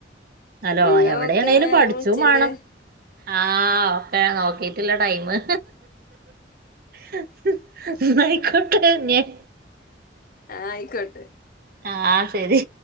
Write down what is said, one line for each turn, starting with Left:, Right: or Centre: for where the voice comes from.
Right: ഹലോ
Left: ന്നാ
Right: എവിടെയാണേലും
Left: ഓക്കെ എന്നാ
Right: പഠിച്ചും
Left: ഞൻ വിളിച്ചിണ്ട്
Right: മാണം ആഹ് ഒക്കെ നോക്കിട്ടില്ല ടൈമ് ഹ് ഹ് ഹ് ന്നായിക്കോട്ടെ ഞൻ
Left: ആഹ് ആയിക്കോട്ടെ
Right: ആഹ് ശരി